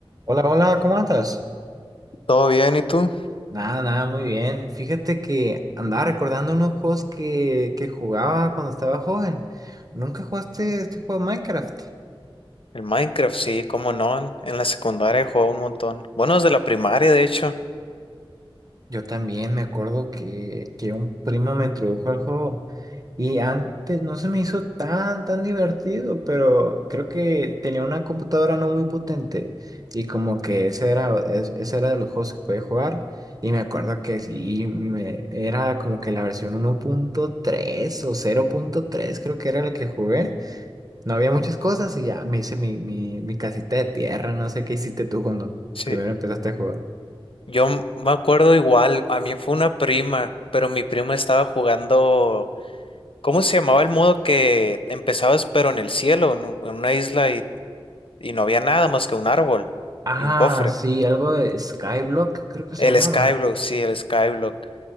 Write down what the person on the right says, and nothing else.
Hola, hola, ¿cómo andas?
Nada, nada, muy bien. Fíjate que andaba recordando unos juegos que, que jugaba cuando estaba joven. ¿Nunca jugaste este juego de Minecraft?
Yo también me acuerdo que, que un primo me introdujo al juego y antes no se me hizo tan, tan divertido, pero creo que tenía una computadora no muy potente y como que ese era, es- ese era de los juegos que podía jugar y me acuerdo que sí, me, era como que la versión uno punto tres o cero punto tres creo que era la que jugué. No había muchas cosas y ya me hice mi, mi, mi casita de tierra, no sé qué hiciste tú cuando
primero empezaste a jugar.
Ah,
sí, algo de Skyblock, creo que se
llamaba.